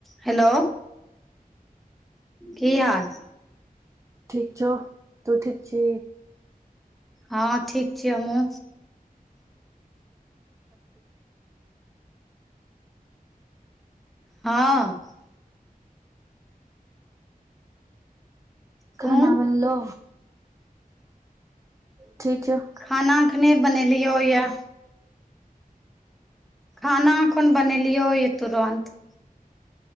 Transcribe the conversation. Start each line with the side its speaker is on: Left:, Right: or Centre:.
Centre: Hello की हाल
Right: ठीक छौ तू ठीक छी
Centre: हँ ठीक छियै हँमू हँ
Right: खाना
Centre: तू
Right: बनलौ? ठीक छौ।
Centre: खाना अखने बनेलियौ यैऽ। खाना अखुन बनेलियौ ये तुरन्त।